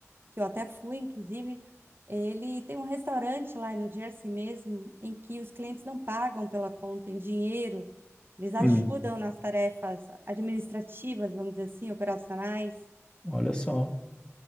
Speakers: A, on the right (about 45°); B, on the left (about 15°).
A: que eu até fui, inclusive. Ele tem um restaurante lá em New Jersey mesmo, em que os clientes não pagam pela conta em dinheiro. Eles ajudam
B: Hum,
A: nas tarefas administrativas, vamos dizer assim, operacionais
B: olha só,